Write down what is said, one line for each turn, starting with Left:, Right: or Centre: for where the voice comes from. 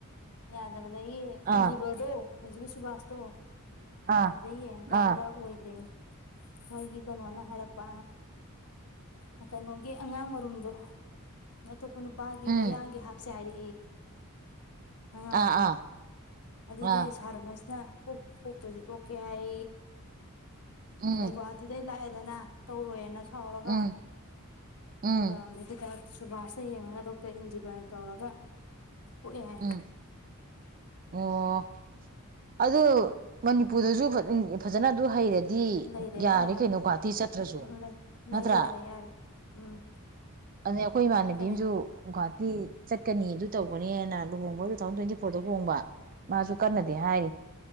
Left: ꯌꯥꯗꯕꯗꯒꯤ
Right: ꯑꯥ
Left: ꯏꯟꯗꯤꯕꯔꯗꯣ ꯍꯧꯖꯤꯛꯀꯤ ꯁꯨꯕꯥꯁ ꯇꯣ
Right: ꯑꯥ
Left: ꯑꯗ ꯌꯦꯡꯀꯥꯟꯗ
Right: ꯑꯥ
Left: ꯑꯣꯏꯗ꯭ꯔꯦꯅꯦ ꯃꯣꯏꯒꯤ ꯀꯩꯅꯣꯅ ꯍꯥꯏꯔꯛꯄ ꯑ ꯀꯩꯅꯣꯒꯤ ꯑꯉꯥꯡ ꯃꯔꯨꯝꯗꯣ ꯑꯇꯣꯞꯄ ꯅꯨ ꯅꯨꯄꯥꯒꯤ
Right: ꯎꯝ
Left: ꯃꯌꯥꯡꯒꯤ ꯍꯛꯁ ꯆꯔꯤ ꯈꯪꯉꯕ
Right: ꯑꯥ ꯑꯥ
Left: ꯑꯗꯨꯗꯤ
Right: ꯑꯥ
Left: ꯁꯥꯔꯝꯃꯦꯁꯤ ꯐ ꯐꯛꯇꯖꯤ ꯇꯣ ꯀꯦ ꯍꯥꯏ
Right: ꯎꯝ
Left: ꯑꯗ ꯣ ꯋꯥꯇꯗ ꯏꯂ ꯗꯅ ꯇꯧꯔꯣꯏꯅ ꯊꯥꯎꯔꯒ
Right: ꯎꯝ ꯎꯝ
Left: ꯑꯗꯨꯒꯒ ꯀ ꯇ ꯁꯨꯕꯥꯁꯇ ꯌꯦꯡꯉꯒ ꯗꯣꯛꯇꯔ ꯏꯟꯖꯤꯕꯔꯅ ꯇꯧꯔꯒ ꯄꯣꯛꯑꯦ ꯍꯥꯏ
Right: ꯎꯝ ꯑꯣ ꯑꯗꯨ ꯃꯅꯤꯄꯨꯔꯗꯁꯨ ꯐꯖꯅ ꯑꯗꯨ ꯍꯩꯔꯗꯤ ꯗꯤ
Left: ꯂꯩꯔꯦꯕ
Right: ꯌꯥꯔꯦ
Left: ꯑꯪ
Right: ꯀꯩꯅꯣ ꯒꯨꯍꯥꯇꯤ ꯆꯠꯇ꯭ꯔꯁꯨ
Left: ꯂꯩ ꯂꯩ
Right: ꯅꯠꯇ꯭ꯔꯥ
Left: ꯌꯥꯔꯦ ꯌꯥꯔꯦ ꯎꯝ
Right: ꯑꯗꯩ ꯑꯩꯈꯣꯏ ꯏꯃꯥꯟꯅꯕꯤ
Left: ꯂꯩ
Right: ꯑꯃꯁꯁꯨ ꯒꯨꯍꯥꯇꯤ ꯆꯠꯀꯅꯤ ꯑꯗꯨ ꯇꯧꯒꯅꯤ ꯍꯥꯏꯅ ꯂꯨꯍꯣꯡꯕ ꯇꯨ ꯊꯥꯎꯖꯟ ꯇ꯭ꯋꯦꯟꯇꯤ ꯐꯣꯔꯗ ꯍꯣꯡꯕ ꯃꯥꯁꯨ ꯀꯟꯅꯗꯤ ꯍꯥꯏꯔꯤ